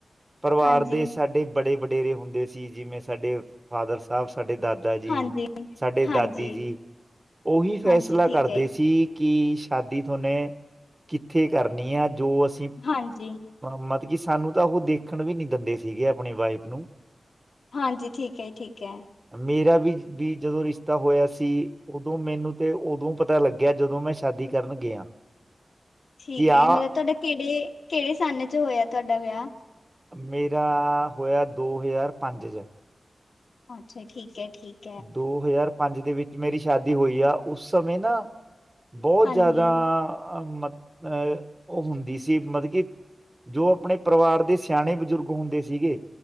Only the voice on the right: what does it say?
ਪਰਿਵਾਰ
ਦੇ ਸਾਡੇ ਬੜੇ ਵਡੇਰੇ ਹੁੰਦੇ ਸੀ ਜਿਵੇਂ ਸਾਡੇ ਫਾਦਰ ਸਾਹਿਬ ਸਾਡੇ ਦਾਦਾ ਜੀ
ਸਾਡੇ ਦਾਦੀ
ਜੀ। ਉਹੀ ਫੈਸਲਾ
ਕਰਦੇ
ਸੀ। ਕਿ ਸ਼ਾਦੀ ਤੁਹਾਨੇ ਕਿੱਥੇ ਕਰਨੀ ਆ ਜੋ ਅਸੀਂ
ਮਤਲਬ ਕੀ ਸਾਨੂੰ ਤਾਂ ਉਹ ਦੇਖਣ ਵੀ ਨੀ ਦਿੰਦੇ ਸੀਗੇ ਆਪਣੀ ਵਾਈਫ ਨੂੰ।
ਮੇਰਾ ਵੀ ਜਦੋਂ ਰਿਸ਼ਤਾ ਹੋਇਆ ਸੀ। ਉਦੋਂ ਮੈਨੂੰ ਤੇ ਉਦੋਂ ਪਤਾ ਲੱਗਿਆ ਜਦੋਂ ਮੈਂ ਸ਼ਾਦੀ ਕਰਨ ਗਿਆ।
ਕਿ ਆਹ
ਮੇਰਾ ਹੋਇਆ ਦੋ ਹਜ਼ਾਰ ਪੰਜ ਚ
ਦੋ ਹਜ਼ਾਰ ਪੰਜ ਦੇ ਵਿੱਚ ਮੇਰੀ ਸ਼ਾਦੀ ਹੋਈ, ਆ ਉਸ ਸਮੇਂ ਨਾ ਬਹੁਤ
ਜ਼ਿਆਦਾ ਅਹ ਮਤ ਅਹ ਉਹ ਹੁੰਦੀ ਸੀ, ਮਤਲਬ ਕਿ ਜੋ ਆਪਣੇ ਪਰਿਵਾਰ ਦੇ ਸਿਆਣੇ ਬਜ਼ੁਰਗ ਹੁੰਦੇ ਸੀਗੇ।